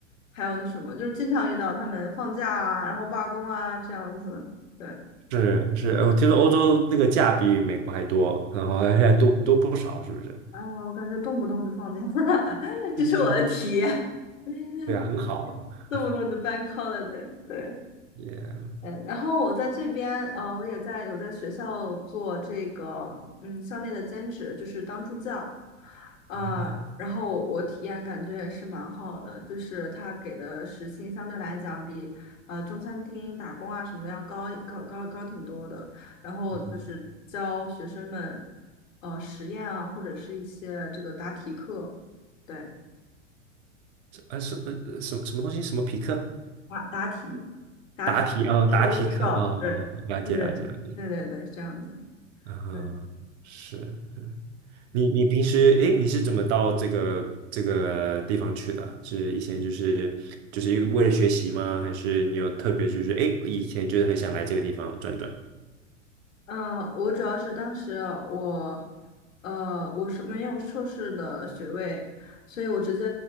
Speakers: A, on the left; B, on the right.
A: 还要那什么，就是经常遇到他们放假啊，然后罢工啊这样子。对，
B: 是是，呃我听说欧洲那个假比美国还多，然后还多多不少，是不是？<laughs>
A: 哎呀，我感觉动不动就放假，<laughs> 这是我的体验，
B: 嗯，
A: <laughs>
B: 对啊，很好啊，
A: 动不动就 b a 了，对对，
B: 也、
A: 嗯，然后我在这边，呃，我也在有在学校做这个，嗯，校内的兼职，就是当助教，呃，
B: 嗯，
A: 然后我体验感觉也是蛮好的，就是他给的时薪相对来讲比，呃，中餐厅打工啊什么的要高高高高挺多的，然后就是教学生们，
B: 嗯，
A: 呃，实验啊，或者是一些这个答题课，对，
B: 啊，什呃什么什么东西？什么匹克？
A: 答答题，答题是
B: 答题哦，答题课哦，
A: workshop，对，
B: 了解了解了解，
A: 对对对对对，是这样子。
B: 嗯，
A: 嗯，
B: 是你你平时诶，你是怎么到这个这个地方去的啊？是以前就是就是为了学习吗？还是你有特别就是诶，以前就是很想来这个地方转转？
A: 呃，我主要是当时我，呃，我是没有硕士的学位，所以我直接